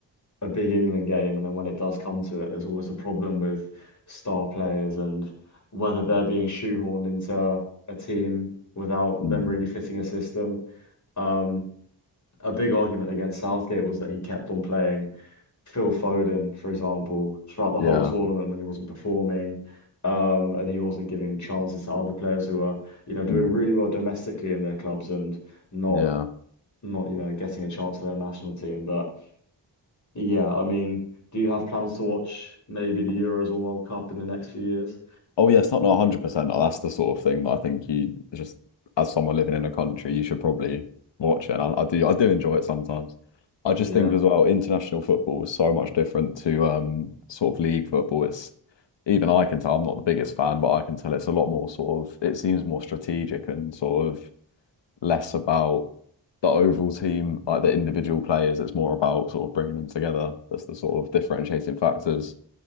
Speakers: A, on the left (about 40°); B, on the left (about 75°).
A: a big England game, and then when it does come to it, there's always a problem with star players and whether they're being shoehorned into a team without
B: Mm.
A: them really fitting a system. Um, a big argument against Southgate was that he kept on playing Phil Foden, for example, throughout the
B: Yeah.
A: whole tournament when he wasn't performing. Um, and he wasn't giving chances to other players who are, you know, doing
B: Mm.
A: really well domestically in their clubs and not
B: Yeah.
A: not, you know, getting a chance for their national team. But yeah, I mean, do you have plans to watch maybe the Euros or World Cup in the next few years?
B: Oh yeah, it's not no, 100%. Oh, that's the sort of thing that I think you just as someone living in a country, you should probably watch it. And I, I do I do enjoy it sometimes. I
A: Yeah.
B: just think as well, international football is so much different to um sort of league football. It's even I can tell I'm not the biggest fan, but I can tell it's a lot more sort of it seems more strategic and sort of less about the overall team, like the individual players. It's more about sort of bringing them together. That's the sort of differentiating factors